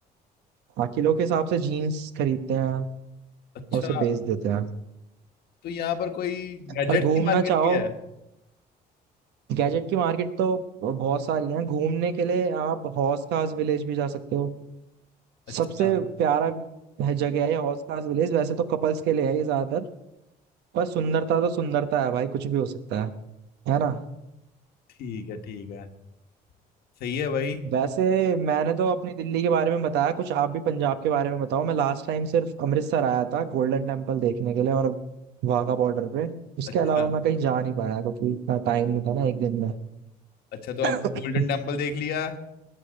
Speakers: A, on the right; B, on the left.
A: हाँ किलो के हिसाब से जीन्स खरीदते हैं
B: अच्छा
A: और उसे बेच देते हैं
B: तो यहाँ पर कोई गैजेट्स
A: और घूमना
B: की मार्केट
A: चाहो
B: भी है
A: गैजेट की मार्केट तो बहुत सारी है घूमने के लिए आप हौस खास विलेज भी जा सकते हो
B: अच्छा
A: सबसे प्यारा है- जगह है ये हौस खास विलेज वैसे तो कपल्स के लिए है ये ज्यादातर पर सुंदरता तो सुंदरता है भाई कुछ भी हो सकता है है ना
B: ठीक है ठीक है सही है भाई
A: वैसे मैंने तो अपनी दिल्ली के बारे में बताया कुछ आप भी पंजाब के बारे में बताओ मैं लास्ट टाइम सिर्फ अमृतसर आया था गोल्डन टेम्पल देखने के लिए और वाघा बॉर्डर पे उसके
B: अच्छा
A: अलावा मैं कहीं जा नहीं पाया क्योंकि इतना टाइम नहीं था ना एक दिन में
B: अच्छा तो
A: <laughs>
B: आप गोल्डन टेम्पल देख लिया